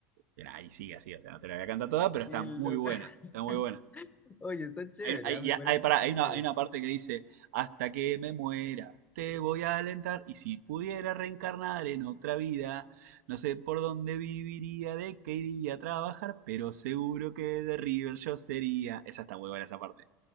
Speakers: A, on the right; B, on the left.
A: Y nada, y sigue así, o sea, no te la voy a cantar toda, pero está
B: Qué locazo.
A: muy buena, está muy
B: <laughs>
A: buena.
B: Oye, está chévere,
A: Hay, hay-
B: ah,
A: y
B: Me parece
A: hay- pará,
B: súper
A: hay
B: chévere.
A: una, hay una parte que dice, hasta que me muera, te voy a alentar y si pudiera reencarnar en otra vida, no sé por dónde viviría, de qué iría a trabajar, pero seguro que de River yo sería. Esa está muy buena esa parte.